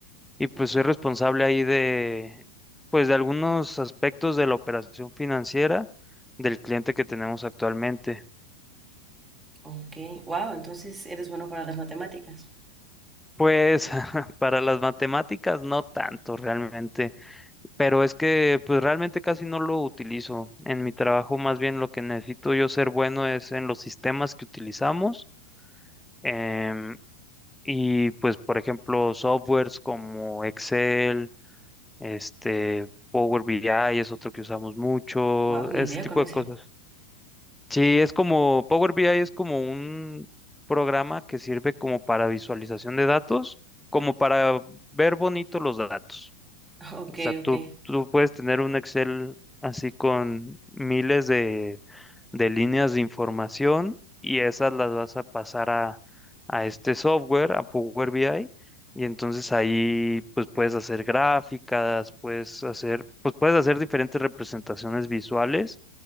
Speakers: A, in the centre; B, on the right.
A: y pues
B: Ok.
A: soy responsable ahí de, pues de algunos aspectos de la operación financiera del cliente que tenemos actualmente.
B: Ok. Wow, entonces eres bueno para las matemáticas.
A: Pues <laughs> para las matemáticas no tanto realmente, pero es que pues realmente casi no lo utilizo. En mi trabajo más bien lo que necesito yo ser bueno es en los sistemas que utilizamos em, y pues por ejemplo softwares como Excel, este Power BI es otro que usamos mucho,
B: Wow, ni
A: ese
B: idea
A: tipo
B: con ese.
A: de cosas. Sí, es como Power BI es como un programa que sirve como para visualización de datos, como para ver bonito los datos.
B: <laughs> Ok,
A: O sea, tú,
B: ok.
A: tú puedes tener un Excel así con miles de, de líneas de información y esas las vas a pasar a, a este software, a Power BI, y entonces ahí pues puedes hacer gráficas, puedes hacer, pues puedes hacer diferentes representaciones visuales